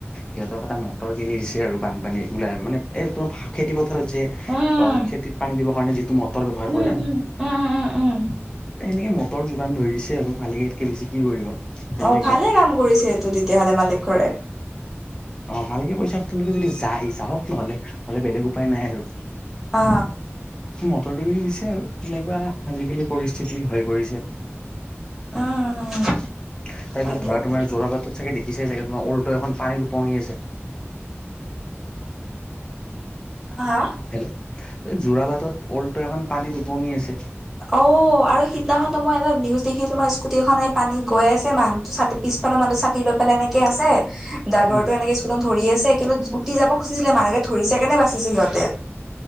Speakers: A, on the left; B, in the centre.
A: সিহঁতক এটা মটৰ কিনি দিছে আৰু বানপানী ওলাই মানে, এই তোমাৰ খেতি পথাৰত যে,
B: উম
A: বা খেতিত পানী দিবৰ কাৰণে যিটো মটৰ ব্যৱহাৰ
B: উম
A: কৰে।
B: উম উম উম উম উম
A: এনেকে মটৰ যোগান ধৰিছে আৰু মালিকে ইয়াতকে বেছি কি কৰিব। তেনেকুৱা
B: অ ভালে কাম কৰিছে এইটো তেতিয়াহলে মালিক ঘৰে।
A: অ মালিকে পইচাটোকে লৈ যদি যায় যাওক নহলে, নহলে বেলেগ উপায় নাই আৰু।
B: অ।
A: মটৰটো দি দিছে আৰু তেনেকুৱা আজিকালি পৰিস্থিতি হৈ পৰিছে।
B: উম
A: তাৰপিছত
B: হয় দিয়ক
A: ধৰা তোমাৰ জোৰা বাটত চাগে দেখিছাই চাগে তোমাৰ অল্- টো এখন পানীত ওপঙি আছে।
B: হা?
A: হেল্ল, যোৰাবাটত অল্টো এখন পানীত ওপঙি আছে।
B: ঔ আৰু সিদিনাখনো মই এটা নিউজ দেখি তোমাৰ স্কুটিখনে পানী গৈ আছে মানুহটো ছাতি পিছ- ফালৰ মানুহটো চাকি লৈ পেলাই এনেকে আছে। ড্ৰাইভাৰটো
A: উম।
B: এনেকে স্কুটত ধৰি আছে কিন্তু উঠি যাব খুজিছিলে মানে ধৰিছে কাৰনে বাচিছে সিহঁতে।